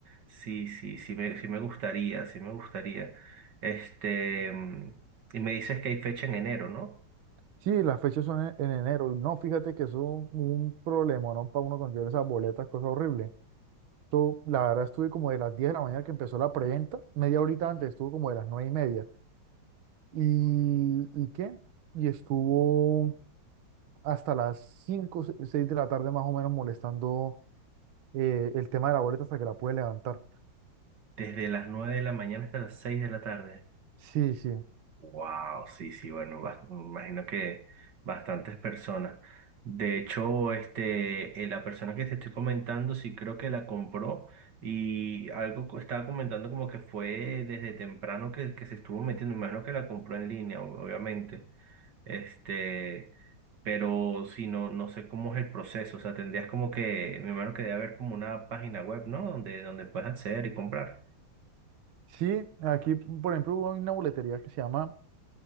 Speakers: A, on the right (about 60°); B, on the right (about 85°).
A: sí, sí, sí me, sí me gustaría, sí me gustaría. Este, mm, y me dices que hay fecha en enero, ¿no?
B: Sí, las fechas son en, en enero. No, fíjate que eso es un, un problema, ¿no? Para uno conseguir esas boletas, cosa horrible. Yo, la verdad, estuve como de las 10 de la mañana que empezó la preventa, media horita antes, estuvo como de las 9 y media. ¿Y, y qué? Y estuvo hasta las 5, 6 de la tarde más o menos molestando eh, el tema de la boleta hasta que la pude levantar.
A: Desde las nueve de la mañana hasta las 6 de la tarde.
B: Sí, sí.
A: Wow, sí, sí, bueno, bas- me imagino que bastantes personas. De hecho, este, eh, la persona que te estoy comentando, sí creo que la compró y algo co- estaba comentando como que fue desde temprano que, que se estuvo metiendo. Me imagino que la compró en línea, ob- obviamente. Este, pero si no, no sé cómo es el proceso. O sea, tendrías como que, me imagino que debe haber como una página web, ¿no? Donde, donde puedes acceder y comprar.
B: Sí, aquí, por ejemplo, hubo una boletería que se llama